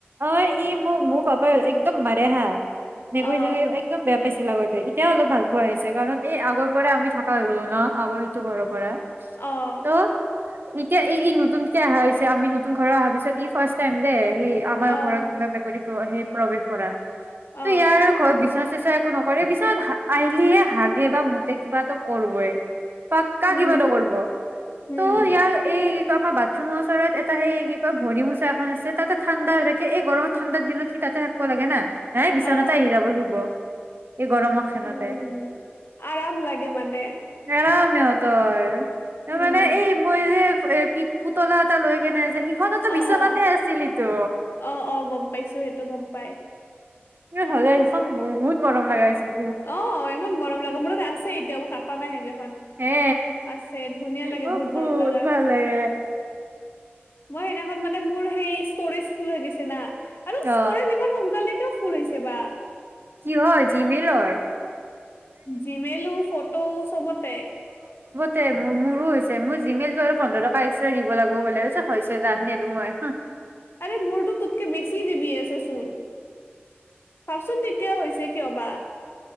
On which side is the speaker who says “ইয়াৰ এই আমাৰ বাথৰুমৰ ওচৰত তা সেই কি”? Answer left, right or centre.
Right